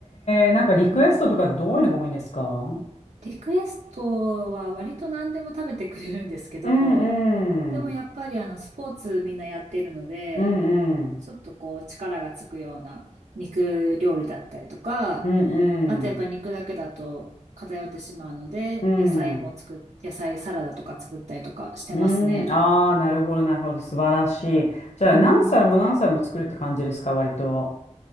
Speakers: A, on the left; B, on the right.
A: え、なんかリクエストとかどういうのが多いんですか
B: うん、リクエストは割と何でも食べてくれるんですけど、
A: うんうん。
B: でもやっぱりあのスポーツみんなやってるので、
A: うんうん。
B: ちょっとこう力がつくような肉料理だったりとか、
A: うんうん。
B: あとやっぱり肉だけだと偏ってしまうので、
A: うん。
B: 野菜も作っ、野菜サラダとか作ったりとかしてますね。
A: うん。ああ、なるほどなるほど。素晴らしい。じゃあ何皿も何皿も作るって感じですか、
B: うん。
A: 割と。